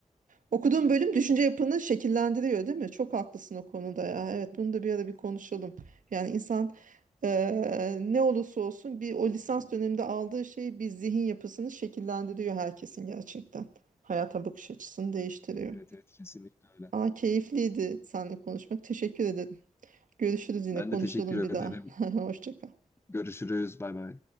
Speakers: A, on the right; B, on the left.
A: okuduğum bölüm düşünce yapını şekillendiriyor değil mi? Çok haklısın o konuda ya. Evet bunu da bir ara bir konuşalım. Yani insan eee, ne olursa olsun bir o lisans döneminde aldığı şey bir zihin yapısını şekillendiriyor herkesin gerçekten. Hayata bakış açısını değiştiriyor.
B: Evet evet kesinlikle öyle.
A: Aa keyifliydi seninle konuşmak. Teşekkür ederim. Görüşürüz yine
B: Ben
A: konuşalım
B: de teşekkür
A: bir
B: ederim.
A: daha. <laughs> Hoşça kal.
B: Görüşürüz. Bay bay.